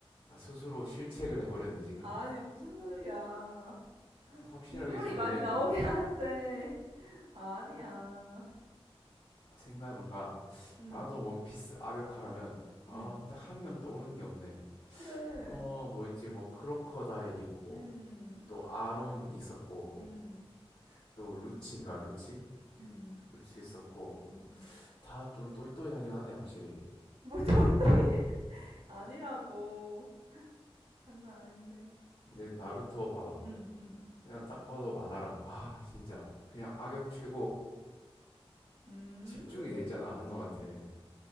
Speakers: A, on the left; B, on the right.
A: 아, 스스로 실책을 해버렸네 지금
B: 아니 무슨 소리야.
A: 확실하게
B: 인물이
A: 정해진
B: 많이 나오긴
A: 어?
B: <laughs> 하는데 아니야.
A: 생각해 뭔가
B: 음,
A: 나도 원피스 악역하라면 아,
B: 음,
A: 딱 한명 떠오르는 게 없네.
B: 그래.
A: 어, 뭐 있지? 뭐 크로커다일 있고
B: 음,
A: 또 아론 있었고
B: 음,
A: 또 루치인가? 루치?
B: 음,
A: 루치 있었고
B: 음.
A: 다 좀 또이또이하긴 하네 확실히.
B: 뭘 토이토이 아니라고. 장난 아닌데.
A: 근데 나루토 봐봐.
B: 음, 음,
A: 그냥 딱 봐도 마다라. 아, 진짜 그냥 악역 최고
B: 음,
A: 집중이 돼 있잖아 한 놈한테.
B: 음.